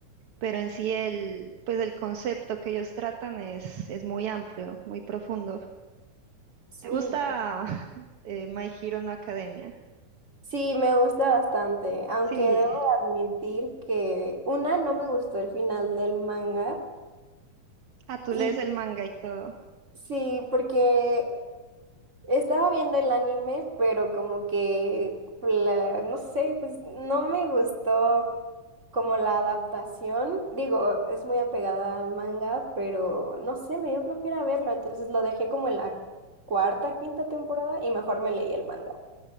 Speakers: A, on the right (about 55°); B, on the right (about 25°).
A: pero en sí el, pues el concepto que ellos tratan es, es muy amplio, muy profundo.
B: Sí,
A: ¿Te gusta <laughs> eh, My Hero no Academia?
B: sí, me gusta bastante, aunque
A: Sí,
B: debo de admitir que una, no me gustó el final del manga
A: ah, tú
B: y
A: lees el manga y todo.
B: sí, porque Estaba viendo el anime, pero como que, la- no sé, pues no me gustó como la adaptación. Digo, es muy apegada al manga, pero no sé, me dio flojera verlo, entonces lo dejé como en la cuarta, quinta temporada y mejor me leí el manga.